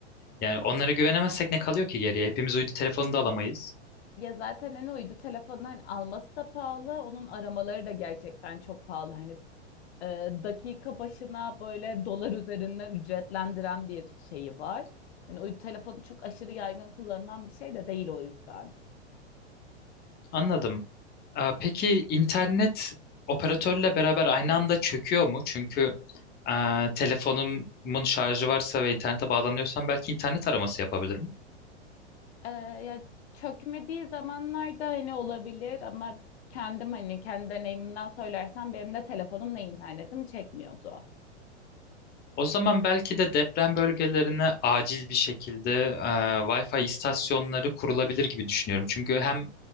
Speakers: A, on the left (about 30°); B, on the left (about 65°).
A: Yani onlara güvenemezsek ne kalıyor ki geriye? Hepimiz uydu telefonu da alamayız.
B: Ya zaten hani uydu telefonunu hani alması da pahalı. Onun aramaları da gerçekten çok pahalı. Hani e, dakika başına böyle dolar üzerinden ücretlendiren bir şeyi var. Hani uydu telefonu çok aşırı yaygın kullanılan bir şey de değil o yüzden.
A: Anladım. Aa, Peki internet operatörle beraber aynı anda çöküyor mu? Çünkü aa, telefonumun şarjı varsa ve internete bağlanıyorsam belki internet araması yapabilirim.
B: Ee, ya çökmediği zamanlarda hani olabilir ama kendim hani kendi deneyimimden söylersem benim de telefonumla internetim çekmiyordu.
A: O zaman belki de deprem bölgelerine acil bir şekilde e, Wi-Fi istasyonları kurulabilir gibi düşünüyorum. Çünkü hem